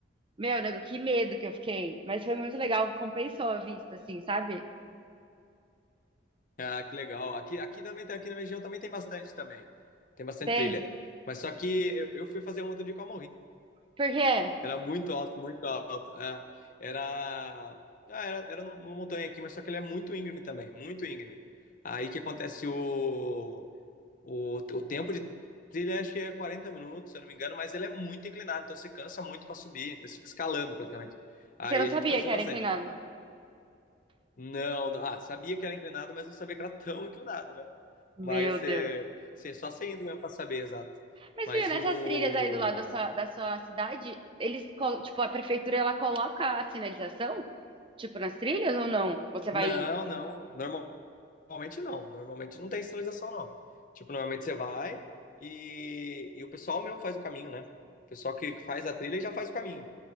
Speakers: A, on the right; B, on the left.
A: Meu, nego, que medo que eu fiquei. Mas foi muito legal, compensou a vista, assim, sabe?
B: Ah, que legal. Aqui, aqui também, tem- aqui na região também tem bastante também. Tem bastante
A: Tem?
B: trilha. Mas só que eu, eu fui fazer um outro dia com a
A: Por quê?
B: Era muito alto, muito alto. é. Era, ah, era, era numa montanha aqui, mas só que ele é muito íngreme também, muito íngreme. Aí que acontece o, o, o tempo de trilha, acho que é 40 minutos, se eu não me engano, mas ele é muito inclinado, então você cansa muito para subir, então você fica escalando praticamente. Aí
A: E você não sabia
B: a gente cansou
A: que era
B: bastante.
A: inclinado?
B: Não, ah, sabia que era inclinado, mas não sabia que era tão inclinado, né?
A: Meu
B: Mas você,
A: Deus.
B: você só você indo mesmo para saber, exato.
A: Mas
B: Mas
A: viu, nessas
B: o.
A: trilhas aí do lado da sua, da sua cidade, eles, colo- tipo, a prefeitura ela coloca a sinalização, tipo, nas trilhas ou não? Você
B: Não,
A: vai,
B: não. Normal. Normalmente não, normalmente não tem sinalização, não. Tipo, normalmente você vai e, e o pessoal mesmo faz o caminho, né? O pessoal que faz a trilha já faz o caminho.